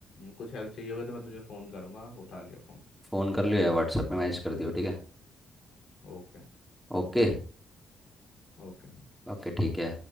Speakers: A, on the left (about 65°); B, in the centre.
A: कुछ हेल्प चाहिए होगी तो मैं तुझे फ़ोन करूँगा उठा लियो फ़ोन
B: फ़ोन कर लियो या व्हाट्सएप में मैसेज कर दियो ठीक है
A: ओके
B: ओके
A: ओके
B: ओके ठीक है